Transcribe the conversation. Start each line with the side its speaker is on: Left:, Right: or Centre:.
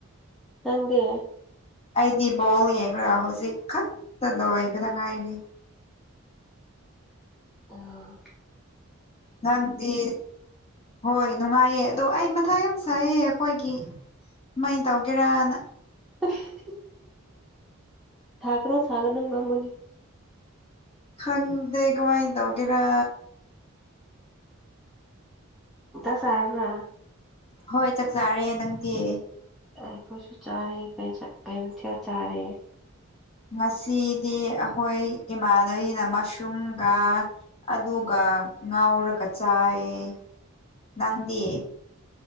Centre: ꯅꯪꯗꯤ
Left: ꯑꯩꯗꯤ ꯕꯣꯜ ꯌꯦꯡꯉꯔ ꯍꯧꯖꯤꯛ ꯈꯛꯇ ꯂꯣꯏꯕꯗ ꯉꯥꯏꯔꯤ
Centre: ꯑꯣ
Left: ꯅꯪꯗꯤ ꯍꯣꯏ ꯅꯨꯡꯉꯥꯏꯌꯦ ꯑꯗꯣ ꯑꯩ ꯃꯊꯥ ꯌꯥꯝ ꯁꯥꯏꯑꯦ ꯑꯩꯈꯣꯏꯒꯤ ꯃꯩ ꯇꯧꯒꯦꯔꯥꯅ
Centre: <inaudible> ꯊꯒ꯭ꯔꯣ ꯁꯥꯒꯅꯨ <unintelligible>
Left: ꯈꯪꯗꯦ ꯀꯃꯥꯏ ꯇꯧꯒꯦꯔꯥ
Centre: ꯃꯊꯥ ꯁꯥꯔꯕ꯭ꯔ
Left: ꯍꯣꯏ ꯆꯥꯛ ꯆꯥꯔꯦ ꯅꯪꯗꯤ
Centre: ꯑꯩꯈꯣꯏꯁꯨ ꯆꯥꯔꯦ ꯀꯩ ꯃꯊꯦꯜ ꯆꯥꯔꯦ
Left: ꯉꯁꯤꯗꯤ ꯑꯩꯈꯣꯏ ꯏꯃꯥꯟꯅꯕꯤꯅ ꯃꯁꯔꯨꯝꯒ ꯑꯗꯨꯒ ꯉꯥꯎꯔꯒ ꯆꯥꯏꯌꯦ ꯅꯪꯗꯤ